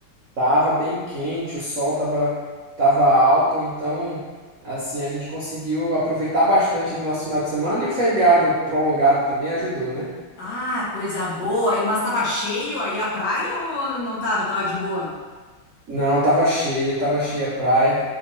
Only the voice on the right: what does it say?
Tava bem quente, o sol tava tava alto, então assim, a gente conseguiu aproveitar bastante do nosso final de semana e o feriado prolongado também ajudou, né?
Não, tava cheia, tava cheia a praia.